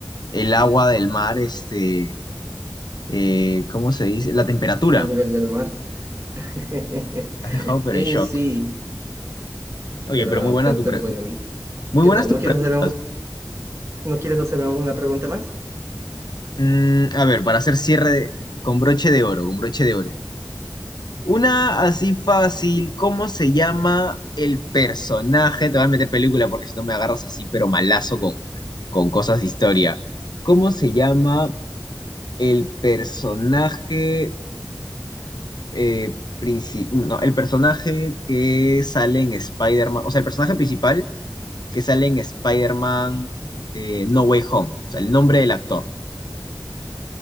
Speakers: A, on the left; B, on the right.
A: el agua del mar, este, eh, ¿cómo se dice? La temperatura.
B: a nivel del mar. <laughs>
A: Me Has dejado pero
B: Y
A: en shock.
B: sí,
A: Oye,
B: pero,
A: pero muy buena
B: pe-
A: tu
B: pero,
A: pre-
B: bueno,
A: muy
B: ¿qué
A: buenas
B: tal?
A: tus
B: ¿No quieres
A: preguntas.
B: hacerme un- no quieres hacerme una pregunta más?
A: Mm, a ver, para hacer cierre de- con broche de oro, con broche de oro. Una así fácil, ¿cómo se llama el personaje? Te voy a meter película porque si no me agarras así, pero malazo con, con cosas de historia. ¿Cómo se llama el personaje? eh, princi- no, el personaje que sale en Spider-Man, o sea, el personaje principal que sale en Spider-Man eh, No Way Home, o sea, el nombre del actor.